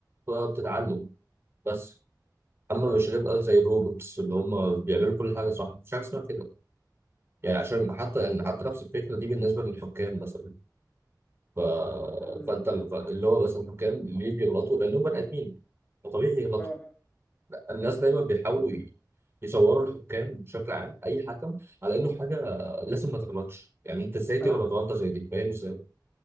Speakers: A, on the right; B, on the left.
A: فبتتعلم بس اما مش هنبقى زي الروبوتس اللي هم بيعملوا كل حاجه صح مش حاجه اسمها كده يعني عشان حتى يعني حتى نفس الفكره دي بالنسبه للحكام مثلا ف...
B: اه
A: فانت ال- ف- اللي هو مثلا الحكام ليه بيغلطوا لانهم بني ادمين فطبيعي يغلطوا
B: اه
A: الناس دايما بيحاولوا ي- يصوروا الحكام بشكل عام اي حكم على انه حاجه لازم ما تغلطش يعني انت ازاي تغلط
B: آه،
A: غلطه زي دي فاهم ازاي